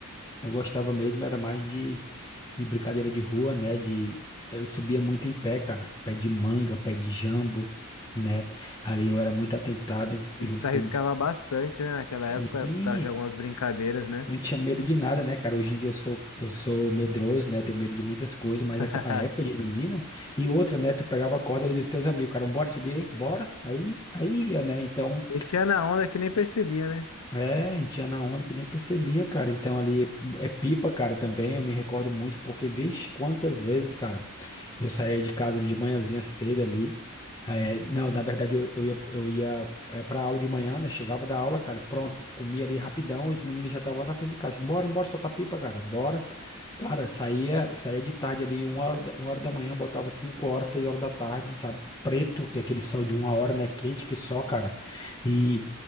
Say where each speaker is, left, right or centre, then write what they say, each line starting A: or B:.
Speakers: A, on the left; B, on the left.
A: eu gostava mesmo, era mais de, de brincadeira de rua, né? De, eu subia muito em pé, cara, pé de manga, pé de jambo, né? Ali eu era muito atentado,
B: A
A: junto
B: gente se
A: com
B: arriscava bastante, né, naquela
A: Sim,
B: época, por causa de algumas brincadeiras, né?
A: não tinha medo de nada, né, cara? Hoje em dia eu sou, eu sou medroso, né? Tenho medo de muitas coisas, mas naquela
B: <laughs>
A: época de menino. E outra, né? Tu pegava a corda ali dos teus amigos, cara, bora subir, aí? bora. Aí, aí ia, né? Então,
B: E tinha na onda que nem percebia, né?
A: é, a gente ia na onda que nem percebia, cara. Então ali é pipa, cara, também. Eu me recordo muito, porque, vixe, quantas vezes, cara. Eu saía de casa de manhãzinha cedo ali. É, não, na verdade eu, eu ia, eu ia é, pra aula de manhã, né? Chegava da aula, cara, pronto, comia ali rapidão, os meninos já estavam lá na frente de casa. Bora, bora, soltar pipa, cara, bora. Cara, saía, saía de tarde ali, uma hora, da- uma hora da manhã, botava cinco horas, seis horas da tarde, sabe? Preto, que é aquele sol de uma hora, né? Quente que só, cara. E,